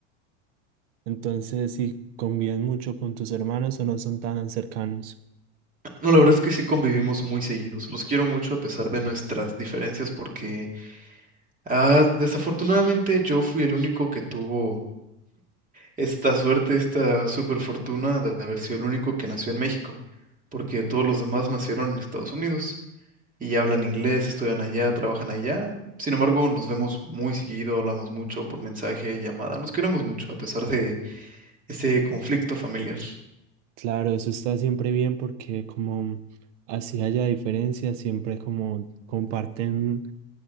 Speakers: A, on the right; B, on the right.
A: Entonces, si convives mucho con tus hermanos o no son tan cercanos.
B: No, la verdad es que sí convivimos muy seguidos. Los quiero mucho a pesar de nuestras diferencias porque ah, desafortunadamente yo fui el único que tuvo esta suerte, esta super fortuna de haber sido el único que nació en México, porque todos los demás nacieron en Estados Unidos y hablan inglés, estudian allá, trabajan allá. Sin embargo, nos vemos muy seguido, hablamos mucho por mensaje, llamada. Nos queremos mucho a pesar de ese conflicto familiar.
A: Claro, eso está siempre bien porque como así haya diferencias, siempre como comparten